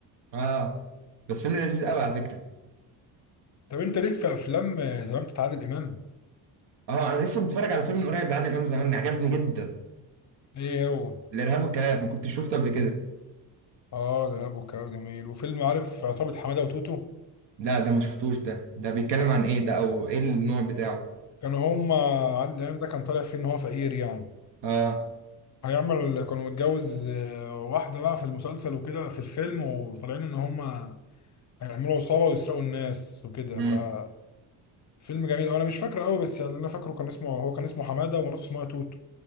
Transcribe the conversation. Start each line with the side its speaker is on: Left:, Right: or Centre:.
Right: اه بس فيلم لذيذ قوي على فكرة
Left: طب انت ليك في افلام آه، زمان بتاع عادل امام
Right: اه انا لسه متفرج على فيلم من قريب لعادل امام زمان عجبني جدا
Left: ايه هو
Right: الارهاب والكباب ما كنتش شفته قبل كده
Left: اه الارهاب والكباب جميل وفيلم عارف عصابة حمادة وتوتو
Right: لا ده ما شفتوش ده ده بيتكلم عن ايه ده او ايه النوع بتاعه
Left: كانوا هما عادل امام ده كان طالع فيه ان هو فقير يعني
Right: اه
Left: هيعمل كانوا متجوز آه، واحدة بقى في المسلسل وكده في الفيلم وطالعين ان هما هيعملوا عصابة ويسرقوا الناس وكده
Right: امم
Left: ففيلم جميل انا مش فاكره قوي بس يعني اللي انا فاكره كان اسمه هو كان اسمه حمادة ومراته اسمها توتو